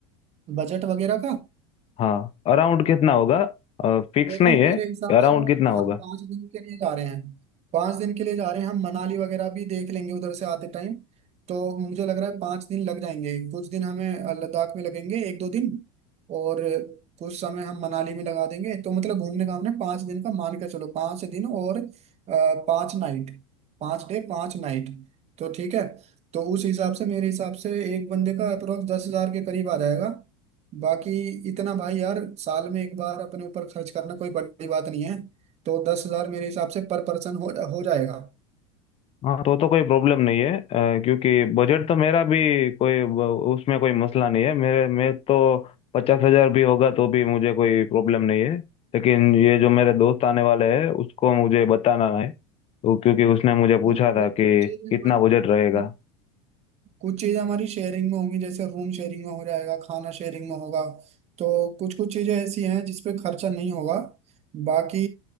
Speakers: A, on the right; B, on the left.
A: बजट वगैरह का
B: हाँ अराउंड कितना होगा फिक्स
A: देखो
B: नहीं
A: मेरे
B: है
A: हिसाब
B: अराउंड
A: से
B: कितना
A: हम
B: होगा
A: पाँच दिन के लिए जा रहे हैं पाँच दिन के लिए जा रहे हैं हम मनाली वगैरह भी देख लेंगे उधर से आते टाइम तो मुझे लग रहा है पाँच दिन लग जाएंगे कुछ दिन हमें अ, लद्दाख में लगेंगे एक दो दिन और कुछ समय हम मनाली में लगा देंगे तो मतलब घूमने का हमने पाँच दिन का मान के चलो पाँच दिन और अ, पाँच नाइट पाँच डे पाँच नाइट तो ठीक है तो उस हिसाब से मेरे हिसाब से एक बंदे का अप्रोक्स दस हजार के करीब आ जाएगा बाकी इतना भाई यार साल में एक बार अपने ऊपर खर्च करना कोई बड़ी बात नहीं है तो दस हजार मेरे हिसाब से पर पर्सन हो हो जाएगा
B: हाँ तो तो कोई प्रॉब्लम नहीं है अ, क्योंकि बजट तो मेरा भी कोई ब- उसमें कोई मसला नहीं है मेरे में तो पचास हजार भी होगा तो भी मुझे कोई प्रॉब्लम नहीं है लेकिन ये जो मेरे दोस्त आने वाले हैं उसको मुझे बताना है तो क्योंकि उसने मुझे पूछा
A: मतलब
B: था
A: जैसे कुछ
B: कि
A: चीजें
B: कितना
A: हमारी-
B: बजट रहेगा
A: कुछ चीजें हमारी शेयरिंग में होंगी जैसे रूम शेयरिंग में हो जाएगा खाना शेयरिंग में होगा तो कुछ कुछ चीजें ऐसी हैं जिस पे खर्चा नहीं होगा बाकी